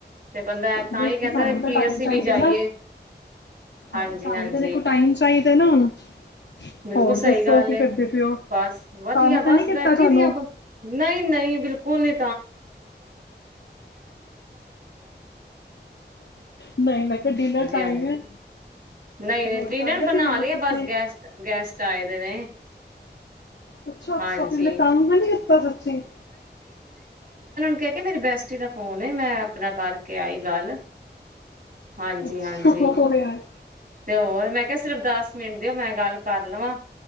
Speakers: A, on the right; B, on the left.
A: ਤੇ ਬੰਦਾ ਤਾਂ
B: ਦੇਖੋ,
A: ਹੀ ਕਹਿੰਦਾ
B: ਸਾਨੂੰ
A: ਕਿ
B: ਤਾਂ ਟਾਈਮ
A: ਅਸੀਂ
B: ਚਾਹੀਦਾ
A: ਵੀ ਜਾਈਏ
B: ਨਾ। ਹਾਂ,
A: ਹਾਂਜੀ
B: ਸਾਨੂੰ
A: ਹਾਂਜੀ
B: ਤਾਂ ਦੇਖੋ, ਟਾਈਮ ਚਾਹੀਦਾ। ਤੇ ਨਾ ਹੁਣ।
A: ਬਿਲਕੁਲ
B: ਹੋਰ
A: ਸਹੀ
B: ਦੱਸੋ
A: ਗੱਲ
B: ਕੀ
A: ਏ।
B: ਕਰਦੇ ਪਏ ਹੋ
A: ਬਸ ਵਧੀਆ,
B: ਤੰਗ
A: ਬਸ
B: ਤਾਂ ਨਹੀਂ ਕੀਤਾ
A: ਬੈਠੀ
B: ਤੁਹਾਨੂੰ
A: ਦੀ ਆ। ਨਹੀਂ, ਨਹੀਂ, ਬਿਲਕੁਲ ਹੁਣੇ।
B: ਨਹੀਂ, ਮੈਂ ਕਿਹਾ, ਡਿਨਰ ਟਾਈਮ
A: ਹਾਂਜੀ
B: ਹੈ।
A: ਨਹੀਂ, ਨਹੀਂ।
B: ਹੋਰ
A: ਡਿਨਰ
B: ਕਰ
A: ਬਣਾ
B: ਸੀ ਡਿਨਰ
A: ਲਿਆ,
B: ਤੁਸੀਂ
A: ਬਸ ਗੈਸਟ-ਗੈਸਟ ਆਏ ਦੇ ਨੇ। <inaudible>
B: ਅੱਛਾ-
A: ਹਾਂਜੀ
B: ਅੱਛਾ। ਫਿਰ ਮੈਂ ਤੰਗ ਤੇ ਨੀ ਕਿਤਾ, ਸੱਚੀ?
A: ਕਹਿੰਦੀ, ਮੇਰੀ ਬੈਸਟੀ ਦਾ ਫੋਨ ਐ। ਮੈਂ ਆਪਣਾ ਕਰਕੇ ਆਈ ਗੱਲ। ਹਾਂਜੀ
B: ਅੱਛਾ
A: ਹਾਂਜੀ
B: ਆ
A: ਤੇ ਹੋਰ ਮੈਂ ਕਿਹਾ ਸਿਰਫ ਦਸ ਮਿੰਟ ਦਿਓ ਮੈਂ ਗੱਲ ਕਰ ਲਵਾਂ